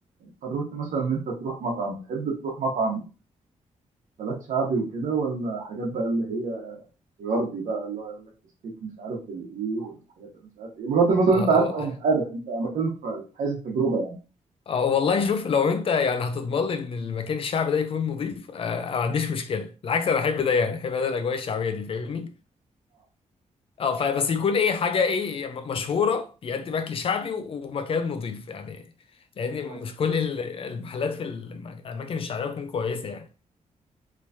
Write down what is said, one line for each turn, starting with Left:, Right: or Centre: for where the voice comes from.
Right: قررت مثلا ان انت تروح مطعم تحب تروح مطعم اكلات شعبي وكده ولا حاجات بقى اللي هي غربي بقى اللي هو يقول لك ستيك مش عارف بالايه والحاجات اللي مش عارف ايه بغض النظر
Left: اه
Right: انت عارف
Left: اه
Right: او مش عارف انت انا بتكلم في في حيز التجربة يعني
Left: اه والله شوف لو انت يعني هتضمن لي ان المكان الشعبي ده يكون نظيف آه انا ما عنديش مشكله بالعكس انا احب ده يعني احب انا الاجواء الشعبيه دي فاهمني اه فبس يكون ايه حاجه ايه م- مشهوره بيقدم اكل شعبي و- ومكان نظيف يعني لان
Right: اه
Left: مش كل ال- المحلات في الم- الاماكن الشعبيه تكون كويسه يعني